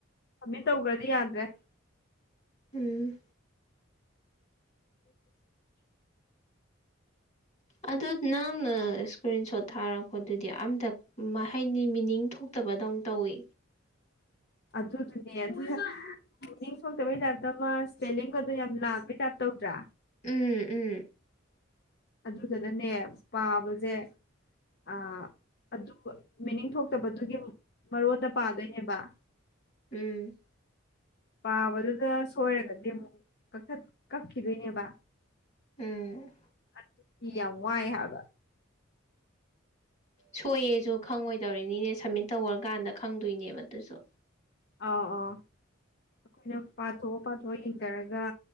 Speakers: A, on the left; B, on the left.
A: ꯑꯥꯃꯤꯠ ꯇꯧꯈ꯭ꯔꯗꯤ ꯌꯥꯗ꯭ꯔꯦ
B: ꯎꯝ
A: <inaudible>
B: ꯑꯗꯨ ꯅꯪꯅ ꯏꯁꯀ꯭ꯔꯤꯟ ꯁꯣꯠ ꯊꯥꯔꯛꯄꯗꯨꯗꯤ ꯑꯝꯇꯛ ꯃꯍꯩꯅꯤ ꯃꯤꯅꯤꯡ ꯊꯣꯛꯇꯕꯗꯧꯅ ꯇꯧꯋꯤ
A: ꯑꯗꯨ ꯗꯨꯨꯅꯦ <unintelligible> ꯃꯅꯤꯡ ꯊꯣꯛꯣꯛꯇꯕꯩ ꯇꯥꯏꯞꯇ ꯃꯥ ꯏꯁꯄꯦꯂꯤꯡ ꯈꯠꯇꯣ ꯌꯥꯝ ꯂꯥꯟꯕꯩ ꯇꯥꯏꯞ ꯇꯧꯗ꯭ꯔꯥ
B: ꯎꯝ ꯎꯝ
A: ꯑꯗꯨꯗꯨꯅꯅꯦ ꯄꯥꯕꯖꯦ ꯑꯥ ꯑꯗꯨ ꯕꯨ ꯃꯤꯅꯤꯡ ꯊꯣꯛꯇꯕꯗꯨꯒꯤ ꯃꯔꯣꯠꯇ ꯄꯥꯗꯣꯏꯅꯦꯕ
B: ꯎꯝ
A: ꯄꯥꯕꯗꯨꯗ ꯁꯣꯏꯔꯒꯗꯤ ꯃꯨꯛ ꯀꯛꯊꯠ ꯀꯛꯈꯤꯗꯣꯏꯅꯦꯕ
B: ꯎꯝ
A: ꯑꯗꯨ ꯒꯤ ꯌꯥꯝ ꯋꯥꯏ ꯍꯥꯏꯕ
B: ꯁꯣꯏꯌꯦꯁꯨ ꯈꯪꯉꯣꯏꯗꯧꯔꯤꯅꯤꯅꯦ ꯁꯝꯃꯤꯠ ꯇꯧꯔꯀꯥꯟꯗ ꯈꯪꯗꯣꯏꯅꯦꯕ ꯗꯨꯁꯨ
A: ꯑꯥꯎ ꯑꯥꯎ ꯑꯩꯈꯣꯏꯅ ꯄꯥꯊꯣꯛꯑ ꯄꯥꯊꯣꯛꯑ ꯌꯦꯡꯖꯔꯒ